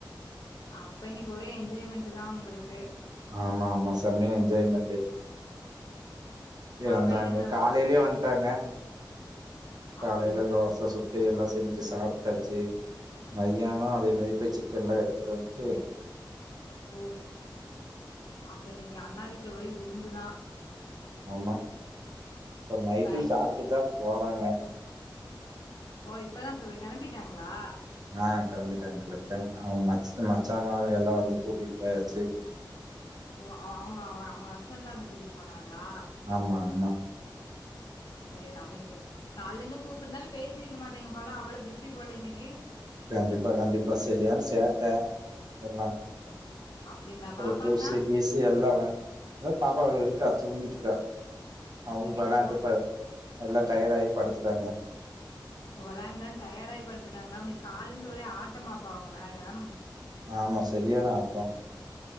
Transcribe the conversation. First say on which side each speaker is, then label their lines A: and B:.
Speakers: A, on the left; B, on the right.
A: அப்ப இன்னைக்கு ஒரே என்ஜாய்மெண்ட் தான் உங்களுக்கு
B: ஆமா ஆமா செமையா என்ஜாய்மென்ட் இ
A: பாப்பா
B: வந்தாங்க
A: என்னங்கண்ணா
B: காலையிலயே வந்துட்டாங்க காலைல
A: அப்டிங்களா
B: தோசை சுட்டு டு எல்லா செஞ்சு சாப்ட்டாச்சு மதியானம் அதே மாரி சிக்கன்ல்லா எடுத்துட்டு வந்துட்டு
A: ஓ அப்ப இன்னைக்கு அண்ணா வீட்ல ஒரே விருந்துதான்
B: ஆமா இ நைட்டும்
A: பயங்
B: சாப்பிட்டு தான் போறாங்க
A: ஓ இப்பதான் இப்ப கெளம்பிட்டாங்களா
B: ஆ கெளம்பிட்டாங்க கெளம்பிட்டாங்க அவங்க ம மச்சம எல்லாம் வந்து கூட்டிட்டு போயாச்சு
A: ஓ அவங்க அவங்க ஹஸ்பண்ட்ல வந்து கூட்டிட்டு போனாங்களா
B: ஆமா ஆமா
A: செரி அப்ப இன்னைக்கு கால இருந்து கூப்பிட்டுருந்தாலும் பேசிருக்க மாட்டேங்க போலா அவ்ளோ பிஸி போல இன்னைக்கு
B: கண்டிப்பா கண்டிப்பா சரியான சேட்ட எல்லாம்
A: அப்டிங்களா
B: அப்றோ
A: பாப்பாங்கன்னா
B: ஜூஸ் கிஸ் எல்லாம் பாப்பாவ இருக்கா தூங்கிட்டு இருக்கா
A: தூங்கிட்டு
B: அவ விளாண்டுப்ப எல்ல டயர்ட் ஆயி படுத்துட்டாங்க
A: ஓ வெளாண்டுலாம் டயர்டாயி படுத்துட்டாங்களா அப்பா காலேந்து ஒரே ஆட்ட மாப்பா உங்க மேடம்
B: ஆமா சரியான ஆட்டோ